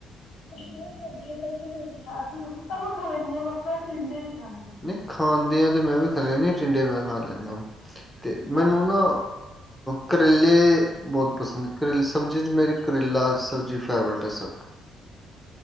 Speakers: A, on the left; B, in the centre.
A: ਮਸ਼ਰੂਮ ਹੋ ਗਈ, ਕਠਲ ਹੋ ਗਿਆ, ਅਰਬੀ ਹੋ ਗਈ ਸਭ ਖਾ ਲੈਂਦੀ ਆ ਮੈਂ। ਟਿੰਡੇ ਨਹੀਂ ਖਾਂਦੀ
B: ਨਹੀਂ ਖਾਂਦੇ ਆ ਤੇ ਮੈਂ ਵੀ ਕਦੇ ਨੀ, ਟਿੰਡੇ ਮੈਂ ਖਾ ਲੈਂਦਾ। ਤੇ
A: ਮੈਂ
B: ਮੈਨੂੰ
A: ਨਹੀਂ ਖਾਂਦੀ
B: ਨਾ ਕਰੇਲੇ ਬਹੁਤ ਪਸੰਦ ਕਰੇਲੇ ਸਬਜ਼ੀ 'ਚ ਮੇਰੀ ਕਰੇਲਾ ਸਬਜ਼ੀ ਫੇਵਰੇਟ ਹੈ ਸਭ